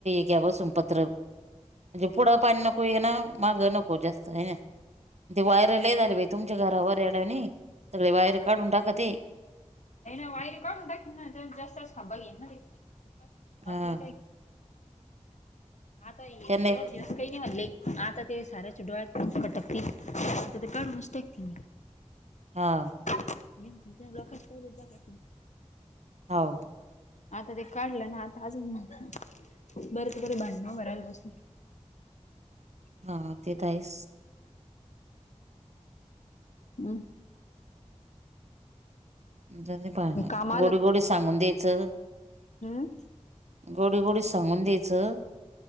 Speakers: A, on the right; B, on the left.
A: घ्याव सुमपतरा म्हणजे पुढं पाणि नको येन मागं नको जास्तहायना. ते वायर लई झाली बाई तुमच्या घरावर येडानी, सगळे वायरे काढून टाकत ते.
B: नाही ना वायर काढून टाकेन ना तर, जास्त खांबा घेईन ना तेआपल्याला
A: हा
B: काय आता येलंत
A: त्यांना
B: होयचं.
A: एक
B: जास्त कयन वाढले आता ते सारा चिखलात कटाकतिन ते काड निस्तातंय.
A: हः
B: घ <unintelligible> <inaudible>
A: हओ.
B: आता ते काढलं ना आता अजून बरेच बरे, भांडणवंरायला बसू-.
A: हा ते त आहेच.
B: हमः
A: जयन दे पाळणायत
B: हे काम
A: गोडी गोडी सांगून द्यायचं.
B: हम्म
A: गोडी गोडी सांगून यायचं